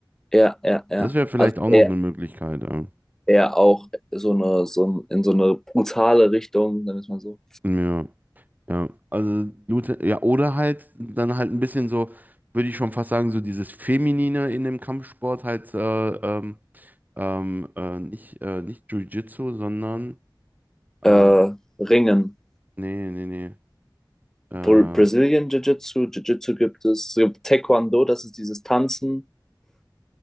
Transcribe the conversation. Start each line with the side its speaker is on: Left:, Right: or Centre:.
Centre: ja, ja, ja.
Right: Das wäre vielleicht
Centre: Also
Right: auch
Centre: er,
Right: noch eine Möglichkeit, ja.
Centre: er auch so eine, so ein, in so eine brutale Richtung, sagen wir es mal so.
Right: Ja, ja. Also, Lute- ja, oder halt dann halt ein bisschen so, würde ich schon fast sagen, so dieses Feminine in dem Kampfsport halt, äh, ähm, ähm, äh, nicht, äh, nicht Jiu-Jitsu, sondern,
Centre: Äh,
Right: äh,
Centre: Ringen.
Right: nee, nee, nee, äh,
Centre: Bra-
Right: ja.
Centre: Brazilian Jiu-Jitsu, Jiu-Jitsu gibt es, es gibt Taekwondo, das ist dieses Tanzen.